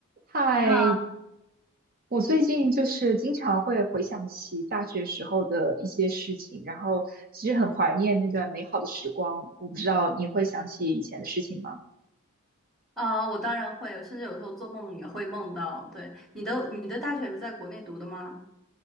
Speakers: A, on the right; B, in the centre.
A: 嗨，
B: 你好，
A: 我最近就是经常会回想起大学时候的一些事情，然后其实很怀念那段美好的时光。我不知道你会想起以前的事情吗？
B: 呃，我当然会，甚至有时候做梦也会梦到。对，你的你的大学是在国内读的吗？